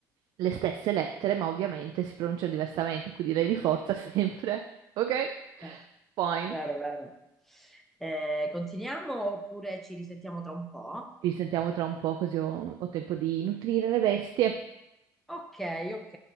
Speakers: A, on the right; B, in the centre.
A: le stesse lettere, ma ovviamente si pronunciano diversamente, quindi lei li forza sempre. <laughs> Ok?
B: eh,
A: Fine.
B: vero, vero. Eh, continuiamo oppure ci risentiamo tra un po'?
A: Ci sentiamo tra un po', così ho ho tempo di nutrire le bestie.
B: Ok, ok.